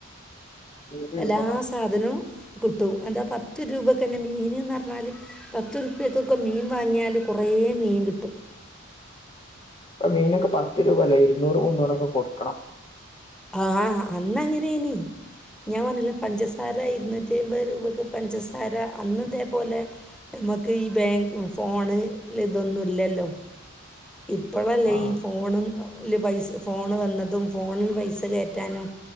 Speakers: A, on the left; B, in the centre.
A: നൂറ്
B: എല്ലാ
A: രൂപ വാ
B: സാധനവും കിട്ടും. എന്താ പത്ത് രൂപയ്ക്ക് തന്നെ മീനെന്ന് പറഞ്ഞാൽ പത്ത് രൂപക്കൊക്കെ മീൻ വാങ്ങിയാൽ കൊറേ റേ മീൻ കിട്ടും
A: ഇപ്പം മീനൊക്കെ പത്ത് രൂപ അല്ലേ ഇരുന്നൂറ് മുന്നൂറൊക്കെ കൊടുക്കണം
B: ആ അന്നങ്ങനെയനി ഞാൻ പഞ്ഞില്ലേ പഞ്ചസാര ഇരുന്നൂറ്റി അമ്പത് രൂപക്ക് പഞ്ചസാര അന്നതേപോലെ നമുക്ക് ഈ ബാങ്ക് ഫോണ് ഇതൊന്നു ഇല്ലല്ലോ ഇപ്പളല്ലേ
A: ആ
B: ഈ ഫോണും ൽ പൈസ ഫോണ് വന്നതും ഫോണിൽ പൈസ കേറ്റാനും